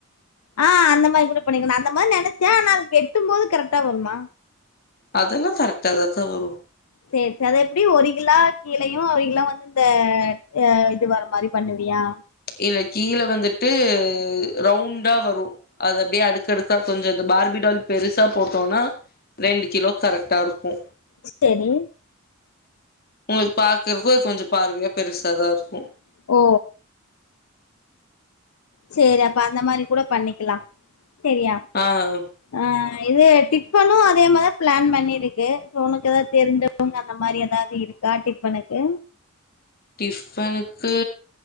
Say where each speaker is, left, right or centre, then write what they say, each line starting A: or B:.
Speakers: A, on the left; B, on the left.
A: ஆ அந்த மாரி கூட பண்ணிக்கலா அந்த மாரி நெனைச்சே ஆனா அது வெட்டும் போது கரக்டா வருமா
B: அதல்லா கரக்டா தாக்கா வரு
A: சேரி சேர் அது எப்டி ஒரு கிலா கீழயு ஒரு கிலா வந்து இந்த அ இது வர மாரி பண்ணுவியா
B: இல்ல கீழ வந்துட்டு ரவுண்டா வரு அது அப்டியே அடுக்கடுக் கா கொஞ்ச அந்த பார்பிடால் பெருசா போட்டோனா ரெண்டு கிலோ கரக்டா இருக்கு
A: செரி
B: ஒங்களுக்கு பாக்கறதுக்கு அது கொஞ்சோ பார்வையா பெருசா தா இருக்கு
A: ஓ சேரி அப்ப அந்த மாரி கூட பண்ணிக்கலா சேரியா
B: ஆ ஆ
A: ஆ இது டிப்பனு அதே மாரிதா பிளான் பண்ணிருக்கு சோ ஒனக்கு எதா தெருன்சா இவுங்க அந்த மாரி ஏதாவது இருக்கா டிப்பனுக்கு
B: டிஃபனுக்கு